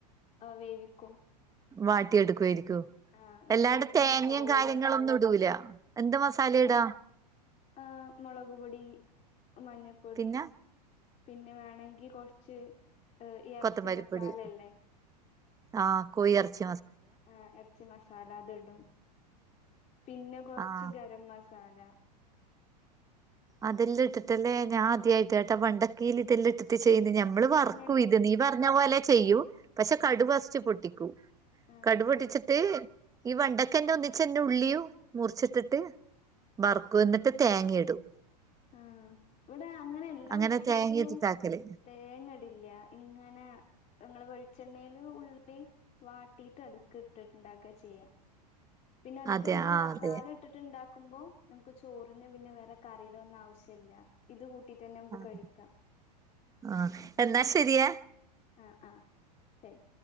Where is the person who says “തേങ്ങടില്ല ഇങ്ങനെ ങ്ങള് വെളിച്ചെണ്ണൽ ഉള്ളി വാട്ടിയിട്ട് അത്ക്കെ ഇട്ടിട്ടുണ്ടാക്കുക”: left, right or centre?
Left